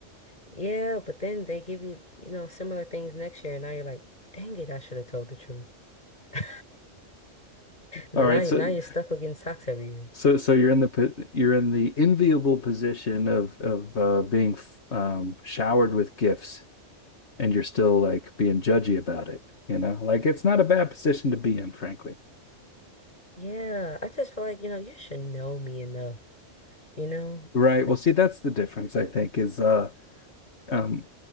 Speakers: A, on the left; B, on the left.
A: Yeah, but then they give you, you know, similar things next year, and now you're like, dang it, I should have told the truth. <laughs> Now,
B: All right,
A: you-
B: so
A: now you're stuck with getting socks every year.
B: So, so you're in the po- you're in the enviable position of of uh, being f- um, showered with gifts, and you're still like being judgy about it. You know, like it's not a bad position to be in, frankly.
A: Yeah, I just feel like, you know, you should know me enough, you know,
B: Right.
A: like.
B: Well, see, that's the difference, I think, is uh, um,